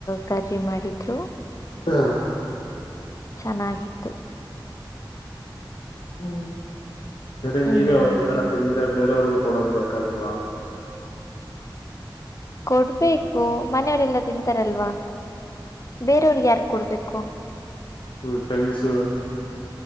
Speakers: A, on the left; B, on the left.
A: ಕರ್ರ ಮಾಡಿದ್ರು
B: ಹಾ
A: ಚೆನ್ನಾಗಿತ್ತು
B: ಹ್ಮ ಸರಿ
A: ಹ್ಮ್
B: ನೀವೇ ಈತರ ತಿಂದ್ರೆ ಬೇರೆಯವ್ರಗು ಕೊಡೋದ್ ಬೇಕಾಗಿಲ್ವಾ
A: ಕೊಡ್ಬೇಕು ಮನೆಯವರೆಲ್ಲಾ ತಿಂತಾರಲ್ವಾ ಬೇರೆಯವ್ರಿಗೆ ಯಾರಿಗ ಕೊಡ್ಬೇಕು.
B: ಹ್ಮ ಫ್ರೆಂಡ್ಸು.